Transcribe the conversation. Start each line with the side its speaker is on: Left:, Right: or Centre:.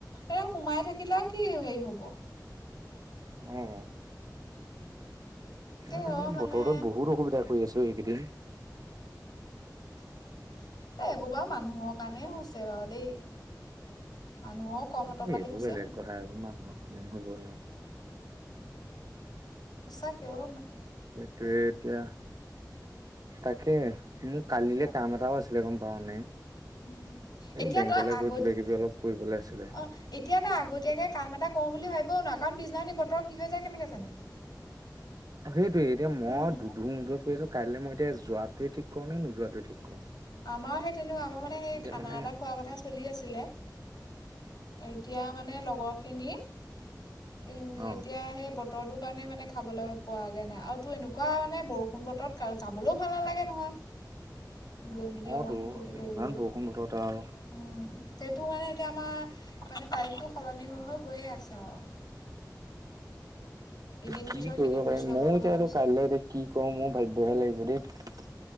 Left: এ সোমাই থাকিলে আৰু কি হেৰি হ'ব।
Right: অঁ
Left: তাকে
Right: সেইটোৱেই
Left: অ মানে
Right: বতৰতোয়ে বহুত অসুবিধা কৰি আছো এইকেইদিন।
Left: এ এইবোৰ বাৰ মানুহৰ কাৰণেই হৈছে বাৰু দেই মানুহৰো কম
Right: এ
Left: অতপালি
Right: সেই এইবোৰ
Left: হৈছে
Right: বেলেগ
Left: নি
Right: কথা এইবোৰ মানুহৰ ন হ'ব ন।
Left: সঁচাকে ও
Right: সেইটোৱে এতিয়া তাকে মোৰ কালিলে
Left: উম উ
Right: কাম এটাও আছিলে গম পাও নে
Left: উ এতিয়া
Right: এই বেংকলৈ
Left: তই আগতি
Right: গৈ কিবা কিবি অলপ কৰিবলৈ আছিলে
Left: অ এতিয়া তই আগতীয়াকে কাম এটা কৰ বুলি ভাবিব নোৱাৰো কাৰণ পিছদিনা বতৰ কি হৈ যায় কেনেকে জানিবি
Right: অঁ সেইটোৱে এতিয়া মই
Left: উম,
Right: দুধু- মুধুত পৰি আছো কাইলৈ মই যে যোৱাটোৱে ঠিক কৰো নোযোৱাটোৱে ঠিক কৰো।
Left: আমাৰ সেই তেনেকুৱা আমাৰ মানে সেই
Right: এতিয়া
Left: খানা
Right: মানে
Left: এটা খোৱাৰ কথা চলি আছিলে। এতিয়া মানে লগৰখিনি উম,
Right: অ
Left: এতিয়া সেই বত, বতৰটো কাৰণে মানে খাবলৈ পোৱাগে নাই আৰু তোৰ এনেকুৱা মানে বৰষুণ বতৰত তাত যাবলৈও ভাল নালাগে নহয়। গৈ মেলি অকণমান
Right: অঁ তো
Left: ফূৰ্তি কৰিবলৈও
Right: ইমান বৰষুণ বতৰত আৰু
Left: উম, সেইটো মানে এতিয়া আমাৰ মানে তাৰিখটো সলনি হৈ হৈ গৈয়ে আছে আৰু ইদিন
Right: কি
Left: পিছৰ
Right: কৰিব
Left: সিদিন
Right: পাৰিম
Left: পিছুৱাব
Right: ময়
Left: লগা
Right: যে আৰু
Left: হৈছে।
Right: কাইলৈ এতিয়া কি কৰো মোৰ ভাভিবহে লাগিব দেই।